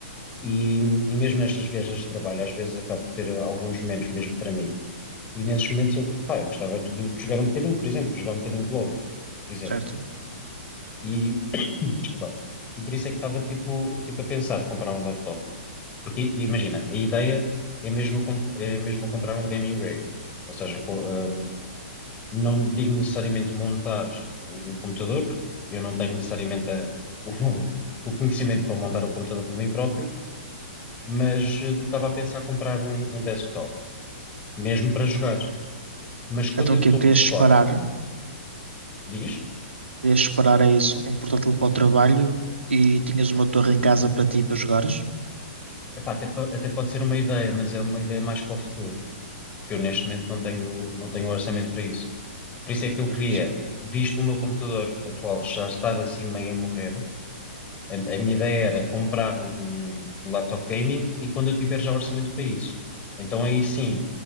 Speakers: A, on the left; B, on the right.
A: e, e mesmo nestas viagens de trabalho, às vezes acabo por ter alguns momentos mesmo para mim e nesses momentos eu, pá, eu gostava de, de jogar um bocadinho, por exemplo, jogar um bocadinho de LOL, por exemplo.
B: Certo?
A: E, <coughs> <clears throat> desculpa, e por isso é que estava tipo, tipo a pensar comprar um laptop. Porque i- imagina, a ideia é mesmo eu, comp- é mesmo eu comprar um gaming rig. Ou seja, co- ah, não digo necessariamente montar um um computador, porque eu não tenho necessariamente a- <laughs> o, o conhecimento para montar o computador por mim próprio mas eh, estava a pensar comprar um, um desktop, mesmo para jogar. Mas quando
B: Então
A: eu
B: o
A: estou
B: quê? Querias separar?
A: fora, diz,
B: Querias separar é isso? Um portátil para o trabalho e tinhas uma torre em casa para ti, para jogares?
A: epá, até, po- até pode ser uma ideia, mas é uma ideia mais para o futuro, porque eu neste momento não tenho, não tenho orçamento para isso. Por isso é que eu
B: Certo.
A: queria, visto o meu computador atual já estar assim meio a morrer, a, a minha ideia era comprar um, um um laptop gaming e quando eu tiver já orçamento para isso. Então aí sim,